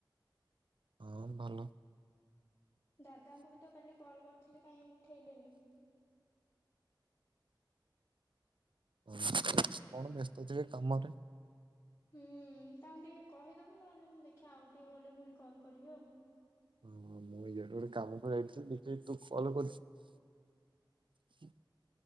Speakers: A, on the right; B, on the left.
A: ହଁ ଭଲ
B: ଦାଦାଙ୍କୁ ବି ତ କାଲି କଲ କରିଥିଲି କାହିଁ ଉଠେଇଲେନି।
A: ଆଉ କଣ ବ୍ୟସ୍ତ ଥିବେ କାମରେ
B: ହୁଁ ତାଙ୍କୁ ଟିକେ କହିଦବୁ ନହେଲେ ମୁଁ ଦେଖିଆ ଆଉ ଟିକେ ଗଲେ ପୁଣି କଲ କରିବି ଆଉ।
A: ହଁ ହଁ ମୁଁ ଇଆଡେ ଗୋଟେ କାମକୁ ଯାଇଥିଲିି ଦେଖିଲି ତୁ କଲ କରିଛୁ